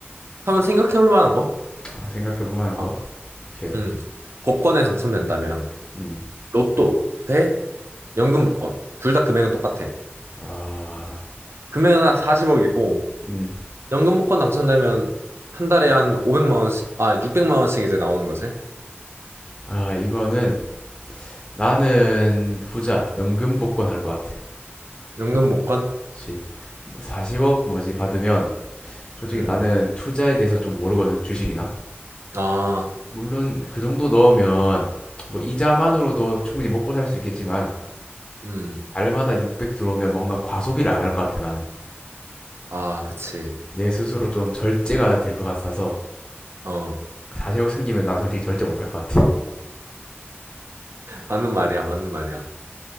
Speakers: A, on the right; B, on the left.
A: 한번 생각해 볼 만한 거?
B: 아, 생각해볼 만한 거?
A: 어.
B: 오케이.
A: 음, 복권에 당첨된다면
B: 음.
A: 로또 대 연금 복권 둘 다 금액은 똑같아.
B: 아,
A: 금액은 한 40억이고
B: 음.
A: 연금 복권 당첨되면 한 달에 한 500만 원씩 아 600만 원씩 이제 나오는 거지.
B: 아, 이거는 나는 후자, 연금 복권 할 것 같아.
A: 연금 복권?
B: 그치. 40억 뭐지 받으면 솔직히
A: 음.
B: 나는 투자에 대해서 좀 모르거든, 주식이나.
A: 아,
B: 물론 그 정도 넣으면 뭐 이자만으로도 충분히 먹고 살 수 있겠지만
A: 음.
B: 달마다 600 들어오면 뭔가 과소비를 안 할 것 같아, 나는.
A: 아, 그치.
B: 내 스스로 좀 절제가 될 것 같아서
A: 어.
B: 4억 생기면 나 솔직히 절제 못할 것 같아.
A: 맞는 말이야. 맞는 말이야.